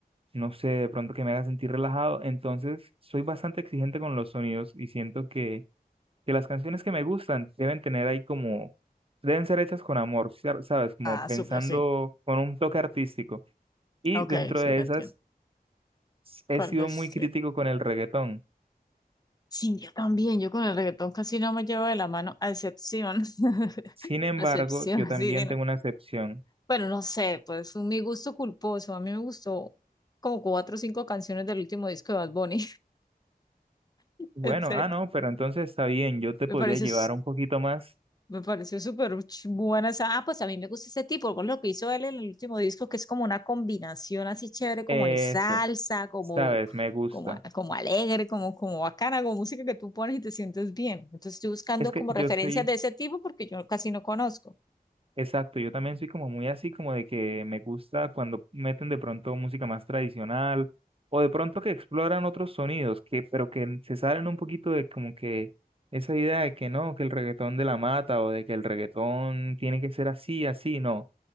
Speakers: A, on the right; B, on the left.
A: no sé, de pronto que me haga sentir relajado. Entonces, soy bastante exigente con los sonidos y siento que, que las canciones que me gustan deben tener ahí como, deben ser hechas con amor, ¿sabes? Como
B: Ah,
A: pensando
B: súper, sí.
A: con un toque artístico. Y
B: Ok,
A: dentro
B: sí
A: de
B: te
A: esas,
B: entiendo.
A: s- he
B: ¿Cuál
A: sido
B: es?
A: muy crítico con el reggaetón.
B: Sí, yo también, yo con el reggaetón casi no me llevo de la mano, a excepción, <laughs>
A: Sin embargo,
B: a excepción,
A: yo también
B: sí, sí, no.
A: tengo una excepción.
B: Bueno, no sé, pues un mi gusto culposo, a mí me gustó como cuatro o cinco canciones del último disco de Bad Bunny, <laughs>
A: Bueno,
B: en serio,
A: ah, no, pero entonces está bien, yo te
B: me
A: podría
B: pareció
A: llevar un poquito más
B: Me pareció súper ch- buena esa. Ah, pues a mí me gusta ese tipo, por lo que hizo él en el último disco, que es como una combinación así chévere, como
A: eso,
B: de salsa, como,
A: ¿sabes? Me gusta.
B: como, a- como alegre, como, como bacana, como música que tú pones y te sientes bien. Entonces estoy buscando
A: Es que
B: como
A: yo
B: referencias
A: soy
B: de ese tipo porque yo casi no conozco.
A: Exacto, yo también soy como muy así, como de que me gusta cuando meten de pronto música más tradicional o de pronto que exploran otros sonidos, que, pero que se salen un poquito de como que esa idea de que no, que el reggaetón de la mata o de que el reggaetón tiene que ser así, así, no.